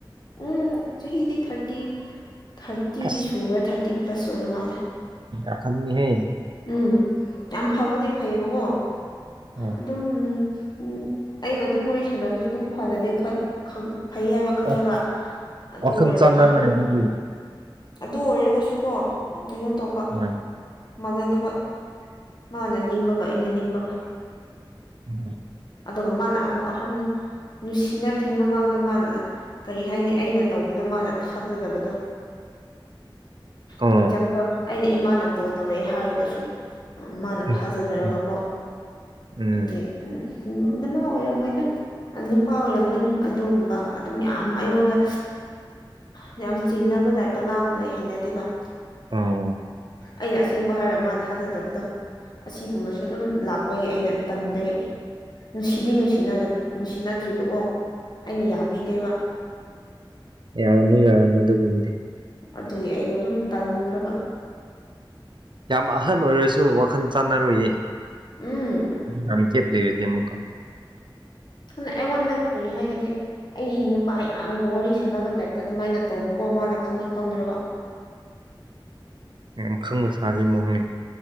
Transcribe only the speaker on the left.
ꯎꯝ ꯆꯍꯤꯗꯤ ꯊꯥꯔꯇꯤ ꯊꯔ ꯇꯤꯗꯤ
ꯁꯈ꯭ꯔꯦ ꯊꯥꯔꯇꯤ ꯄ꯭ꯂꯁ ꯑꯣꯏꯕ ꯃꯥꯜꯂꯦ
ꯎꯝ ꯌꯥꯝ ꯐꯕꯗꯤ ꯐꯩꯌꯦꯕꯀꯣ
ꯑꯗꯨꯝ ꯎꯝ ꯑꯩꯒ ꯑꯗꯨꯝ ꯋꯥꯔꯤ ꯁꯥꯟꯅꯕꯁꯨ ꯑꯗꯨꯝ ꯐꯅꯗꯦ ꯐꯩ ꯍꯥꯏꯕ ꯈꯪꯉꯦꯕ
ꯑꯗꯨ
ꯑꯣꯏꯔꯒꯁꯨ
ꯑꯗꯨ ꯑꯣꯏꯔꯒꯁꯨꯀꯣ ꯀꯩꯅꯣ ꯇꯧꯕ
ꯃꯥꯟꯅꯗꯕ ꯃꯥꯅ ꯅꯤꯡꯕꯒ ꯑꯩꯅ ꯅꯤꯡꯕꯒ
ꯑꯗꯨꯒ ꯃꯥꯅ ꯑꯃꯨꯛ ꯑꯍꯟ ꯅꯨꯡꯁꯤꯅꯗ꯭ꯔꯤꯉꯩ ꯃꯃꯥꯡꯗ ꯃꯥꯅ ꯀꯔꯤ ꯍꯥꯏꯅꯤ ꯑꯩꯅ ꯇꯧꯕꯗꯣ ꯃꯥꯅ ꯊꯥꯖꯗꯕꯗꯣ
ꯑꯦꯛꯖꯥꯝꯄꯜ ꯑꯩꯅ ꯏꯃꯥꯅ ꯀꯣꯜ ꯇꯧꯔꯛꯑꯦ ꯍꯥꯏꯔꯒꯁꯨ ꯃꯥꯅ
ꯊꯥꯖꯗꯔꯒꯀꯣ
ꯍꯥꯏꯗꯤ ꯎꯝ ꯎ ꯏꯅꯝꯃ ꯑꯣꯏꯔꯝ ꯃꯣꯏꯗ ꯅꯨꯄꯥ ꯑꯣꯏꯔꯝꯒꯅꯤ ꯑꯗꯨꯒꯨꯝꯕ ꯑꯗꯨꯝ ꯌꯥꯝ ꯑꯩꯉꯣꯟꯗ ꯎ ꯌꯥꯝ ꯆꯤꯡꯅꯕ ꯇꯥꯏꯞꯇ ꯉꯥꯡꯕꯗ ꯑꯩ ꯍꯩꯅꯗꯦꯕ ꯎ
ꯑꯩꯅ ꯑꯁꯦꯡꯕ ꯍꯥꯏꯔ ꯃꯥꯟ ꯊꯥꯖꯗꯕꯗꯣ ꯑꯁꯤꯒꯨꯝꯕꯁꯨ ꯑꯗꯨꯝ ꯂꯥꯛꯄꯒꯤ ꯑꯩꯅ ꯇꯟꯗꯒꯤ ꯅꯨꯡꯁꯤꯗꯤ ꯅꯨꯡꯁꯤꯅꯗ ꯅꯨꯡꯁꯤꯅꯗ꯭ꯔꯤꯕꯀꯣ ꯑꯩꯅ ꯌꯥꯝꯕꯤꯗꯦꯕ
ꯑꯗꯨꯒꯤ ꯑꯩꯗꯣ ꯑꯗꯨꯝ ꯇꯟꯈ꯭ꯔꯕ
ꯎꯝ
ꯈꯪꯅ ꯑꯩꯉꯣꯟꯗ ꯀꯔꯤ ꯍꯥꯏꯒꯅꯤ ꯑꯩ ꯅꯨꯄꯥ ꯌꯥꯝꯒ ꯋꯥꯔꯤ ꯁꯥꯟꯅꯕ ꯇꯥꯏꯞꯇ ꯑꯗꯨꯃꯥꯏꯅ ꯇꯧꯕꯀꯣ ꯃꯥꯅ ꯈꯪꯁꯨ ꯈꯪꯗ꯭ꯔꯒ